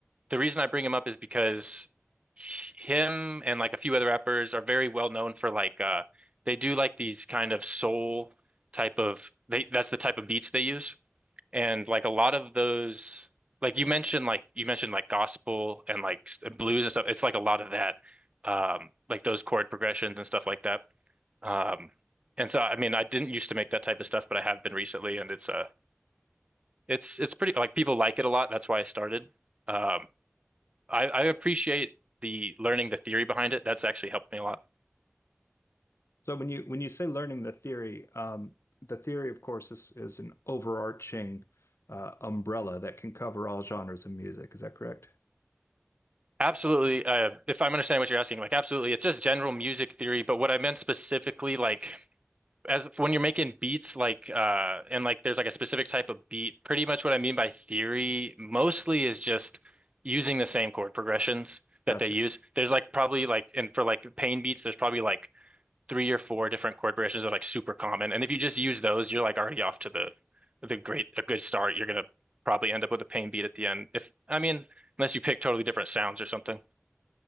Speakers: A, on the right; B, on the left.
A: the reason I bring him up is because him and like a few other rappers are very well known for like uh they do like these kind of soul type of they that's the type of beats they use and like a lot of those like you mentioned like you mentioned like gospel and like s- blues and stuff it's like a lot of that um like those chord progressions and stuff like that um and so I mean I didn't used to make that type of stuff but I have been recently and it's uh it's it's pretty like people like it a lot that's why I started um I, I appreciate the learning the theory behind it. That's actually helped me a lot.
B: So when you when you say learning the theory, um, the theory, of course, is is an overarching uh, umbrella that can cover all genres of music. Is that correct?
A: Absolutely. Uh, if I'm understanding what you're asking, like absolutely, it's just general music theory. But what I meant specifically, like as when you're making beats, like uh, and like there's like a specific type of beat. Pretty much what I mean by theory mostly is just using the same chord progressions that
B: Gotcha.
A: they use. There's like probably like and for like pain beats, there's probably like three or four different chord progressions are like super common. And if you just use those, you're like already off to the the great a good start. You're gonna probably end up with a pain beat at the end. If I mean, unless you pick totally different sounds or something.